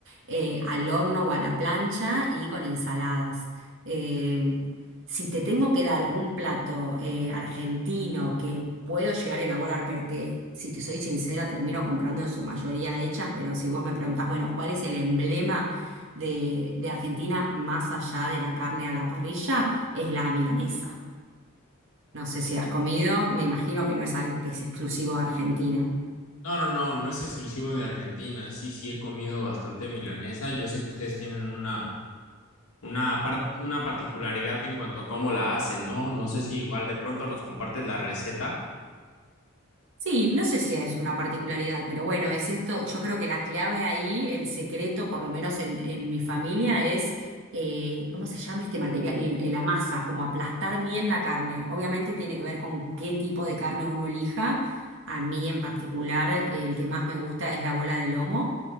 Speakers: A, on the right; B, on the left.
A: eh, al horno o a la plancha y con ensaladas. eh, si te tengo que dar un plato eh, argentino que puedo llegar a elaborar, pero que, si te soy sincera, termino comprando en su mayoría hechas, pero si vos me preguntás, bueno, ¿cuál es el emblema de, de Argentina más allá de la carne a la parrilla? Es la milanesa. No sé si has comido, me imagino que no es algo que es exclusivo de Argentina.
B: No, no, no, no es exclusivo de Argentina. Sí, sí he comido bastante milanesa. Yo sé que ustedes tienen una una, par- una particularidad en cuanto a cómo la hacen, ¿no? No sé si igual de pronto nos compartes la receta.
A: Sí, no sé si es una particularidad, pero bueno, es esto, yo creo que la clave ahí, el secreto, por lo menos en, en mi familia, es, eh, ¿cómo se llama este material? El- el- la masa, como aplastar bien la carne. Obviamente tiene que ver con qué tipo de carne uno elija. A mí en particular, el que más me gusta es la bola de lomo,